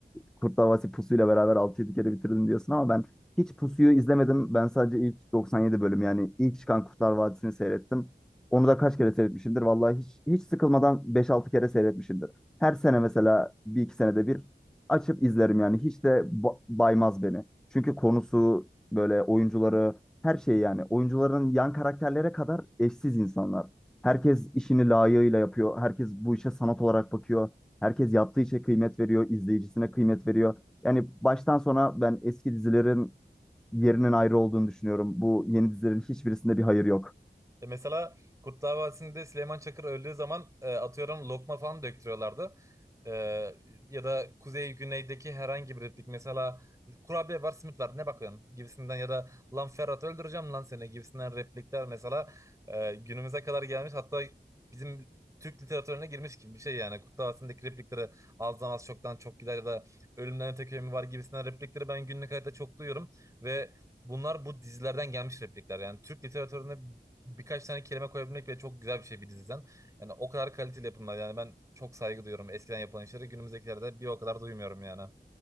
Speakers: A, in the centre; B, on the right.
A: Kurtlar Vadisi pusuyla beraber altı yedi kere bitirdim diyorsun ama ben hiç pusuyu izlemedim. Ben sadece ilk 97 bölüm yani ilk çıkan Kurtlar Vadisi'ni seyrettim. Onu da kaç kere seyretmişimdir. Vallahi hiç hiç sıkılmadan beş altı kere seyretmişimdir. Her sene mesela bir iki senede bir açıp izlerim yani. Hiç de ba- baymaz beni. Çünkü konusu böyle oyuncuları her şey yani. Oyuncuların yan karakterlere kadar eşsiz insanlar. Herkes işini layığıyla yapıyor. Herkes bu işe sanat olarak bakıyor. Herkes yaptığı işe kıymet veriyor, izleyicisine kıymet veriyor. Yani baştan sona ben eski dizilerin yerinin ayrı olduğunu düşünüyorum. Bu yeni dizilerin hiçbirisinde bir hayır yok.
B: E, Mesela Kurtlar Vadisi'nde Süleyman Çakır öldüğü zaman e, atıyorum lokma falan döktürüyorlardı. E, ya da kuzey güneydeki herhangi bir replik mesela kurabiye var simit var ne bakıyorsun gibisinden ya da lan Ferhat öldüreceğim lan seni gibisinden replikler mesela e, günümüze kadar gelmiş hatta bizim Türk literatürüne girmiş gibi bir şey yani Kurtlar Vadisi'ndeki replikleri azdan az çoktan çok gider ya da ölümden öte köy mü var gibisinden replikleri ben günlük hayatta çok duyuyorum ve Bunlar bu dizilerden gelmiş replikler. Yani Türk literatüründe birkaç tane kelime koyabilmek bile çok güzel bir şey bir diziden. Yani o kadar kaliteli yapımlar. Yani ben çok saygı duyuyorum eskiden yapılan işleri. Günümüzdekilerde bir o kadar duymuyorum yani.